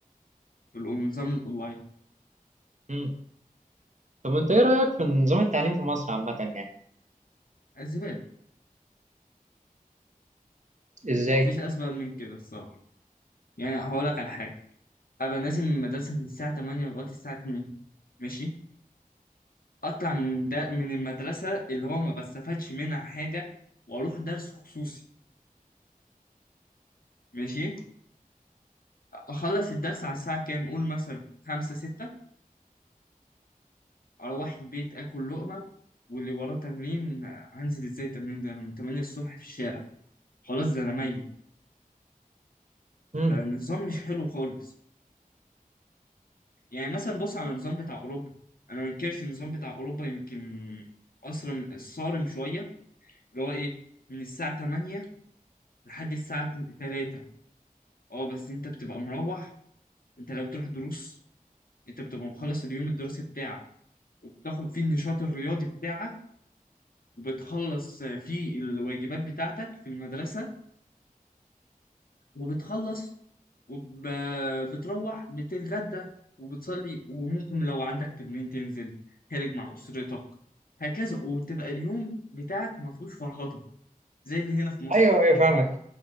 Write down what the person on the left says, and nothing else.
في النظام الاونلاين
زباله
هو مفيش اسباب من كده الصراحه يعني هقول لك على حاجة أبقى نازل من المدرسة من الساعة 8 لغاية الساعة 2 ماشي أطلع من دا من المدرسة اللي هو ما بستفادش منها حاجة وأروح درس خصوصي ماشي أخلص الدرس على الساعة كام قول مثلا خمسة ستة أروح البيت آكل لقمة واللي وراه تمرين آه، هنزل إزاي التمرين ده أنا من 8 الصبح في الشارع خلاص ده أنا ميت
فالنظام مش حلو خالص يعني مثلا بص على النظام بتاع أوروبا أنا ما أنكرش النظام بتاع أوروبا يمكن أصرم صارم شوية اللي هو ايه من الساعة 8 لحد الساعة 3 اه بس انت بتبقى مروح انت لو بتروح دروس انت بتبقى مخلص اليوم الدراسي بتاعك وبتاخد فيه النشاط الرياضي بتاعك وبتخلص فيه الواجبات بتاعتك في المدرسة وبتخلص وبتروح بتتغدى وبتصلي وممكن لو عندك تمرين تنزل خارج مع أسرتك هكذا وتبقى اليوم بتاعك ما فيهوش فرهضة زي اللي هنا في مصر